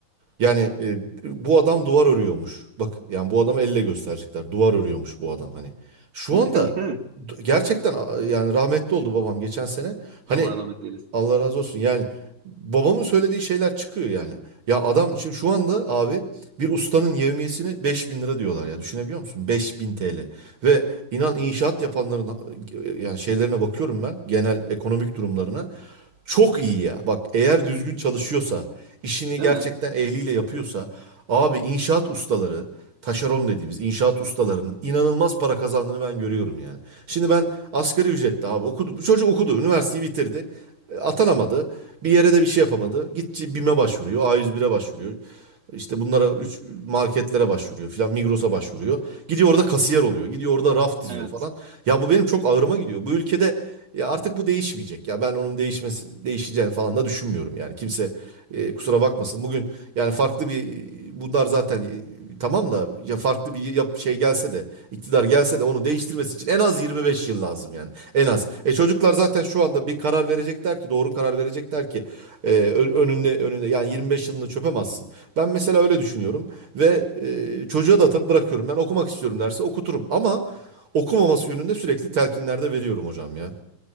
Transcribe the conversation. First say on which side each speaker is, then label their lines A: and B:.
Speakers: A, on the right; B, on the right.
A: Yani e, bu adam duvar örüyormuş. Bak yani bu adamı elle gösterecekler. Duvar örüyormuş bu adam hani. Şu
B: <laughs> Değil
A: anda
B: mi?
A: d- gerçekten a- yani rahmetli oldu babam geçen sene. Hani
B: Allah rahmet eylesin.
A: Allah razı olsun. Yani babamın söylediği şeyler çıkıyor yani. Ya adam şimdi şu anda abi bir ustanın yevmiyesini 5000 lira diyorlar ya. Düşünebiliyor musun? 5000 TL. Ve inan inşaat yapanların yani şeylerine bakıyorum ben. Genel ekonomik durumlarına. Çok iyi ya. Bak eğer düzgün çalışıyorsa, işini
B: Değil
A: gerçekten
B: mi?
A: ehliyle yapıyorsa abi inşaat ustaları, taşeron dediğimiz inşaat ustalarının inanılmaz para kazandığını ben görüyorum yani. Şimdi ben asgari ücretli abi okudu. Bu çocuk okudu, üniversiteyi bitirdi. E, Atanamadı. Bir yere de bir şey yapamadı. Gitti BİM'e başvuruyor. A101'e başvuruyor. İşte bunlara üç marketlere başvuruyor filan Migros'a başvuruyor. Gidiyor orada kasiyer oluyor. Gidiyor orada raf diziyor
B: Evet.
A: falan. Ya bu benim çok ağrıma gidiyor. Bu ülkede ya artık bu değişmeyecek. Ya ben onun değişmesi değiş değişeceğini falan da düşünmüyorum yani. Kimse e, kusura bakmasın. Bugün yani farklı bir bunlar zaten e, tamam da ya farklı bir yap, şey gelse de iktidar gelse de onu değiştirmesi için en az 25 yıl lazım yani. En az. E çocuklar zaten şu anda bir karar verecekler ki doğru karar verecekler ki e, ö- önünde önünde yani 25 yılını çöpemezsin. Ben mesela öyle düşünüyorum ve e, çocuğa da tabii bırakıyorum. Ben okumak istiyorum derse okuturum ama okumaması yönünde sürekli telkinlerde veriyorum hocam ya.